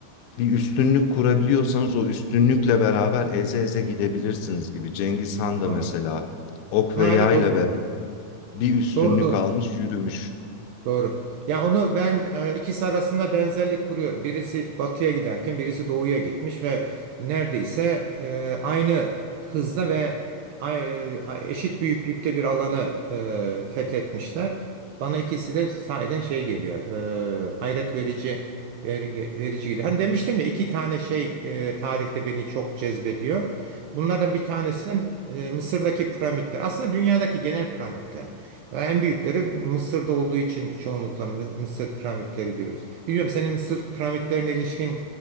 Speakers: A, on the left; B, on the right.
A: bir üstünlük kurabiliyorsanız o üstünlükle beraber eze eze gidebilirsiniz gibi. Cengiz Han da
B: anladım.
A: mesela ok
B: Ha,
A: ve yayla
B: evet onu,
A: ve bir üstünlük
B: doğru doğru.
A: almış yürümüş.
B: Doğru. Ya onu ben e, ikisi arasında benzerlik kuruyorum. Birisi batıya giderken birisi doğuya gitmiş ve neredeyse e, aynı hızda ve ay- e, eşit büyüklükte bir alanı e, fethetmişler. Bana ikisi de sahiden şey geliyor. e, hayret verici verici, verici geliyor. Hani demiştim ya iki tane şey e, tarihte beni çok cezbediyor. Bunlardan bir tanesi e, Mısır'daki piramitler. Aslında dünyadaki genel piramitler. En büyükleri Mısır'da olduğu için çoğunlukla Mı- Mısır piramitleri diyoruz. Bilmiyorum senin Mısır piramitlerine ilişkin